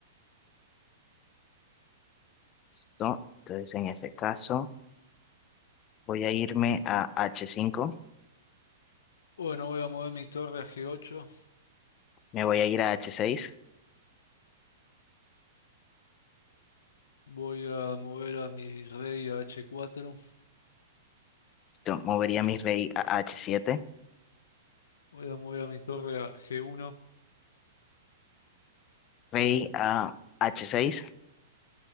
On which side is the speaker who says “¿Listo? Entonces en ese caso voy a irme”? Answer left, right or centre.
Left